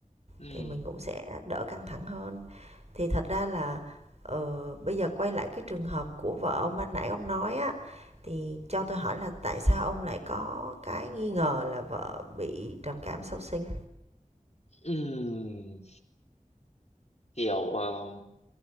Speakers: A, on the left; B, on the right.
A: Ừm,
B: thì mình cũng sẽ đỡ căng thẳng hơn thì thật ra là ờ, bây giờ quay lại cái trường hợp của vợ ông ban nãy ông nói á thì cho tôi hỏi là tại sao ông lại có cái nghi ngờ là vợ bị trầm cảm sau sinh
A: ừm, kiểu ờ,